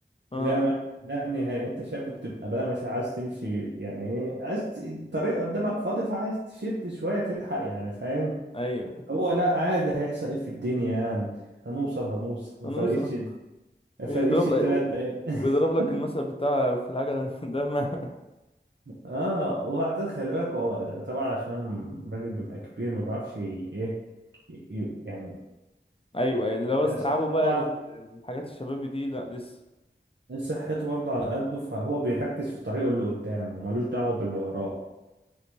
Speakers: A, on the left; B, on the right.
A: اه
B: لا ما لا نهائي انت شاب بتبقى بقى مش عايز تمشي يعني ايه عايز ت- الطريق قدامك فاضي فعايز تشد شوية تلحق يعني فاهم
A: ايوه
B: هو لا عادي هيحصل ايه في الدنيا يعني هنوصل
A: ايوه
B: هنوصل ما
A: انا
B: فرقتش
A: اصلا
B: ما
A: يضرب
B: فرقتش التلات
A: لك
B: دقايق
A: ويضرب لك
B: <laughs>
A: المثل بتاع في العجلة <laughs> ده ما
B: اه وبعدين خلي بالك هو طبعا عشان الراجل بيبقى كبير ما بيعرفش ي- ايه ي- ي- يعني
A: ايوه اللي هو استيعابه
B: يعني صحته
A: بقى
B: على
A: للحاجات الشبابي دي لا لسه
B: صحته برضه على قده فهو بيركز في طريقه اللي قدامه ملوش دعوة باللي وراه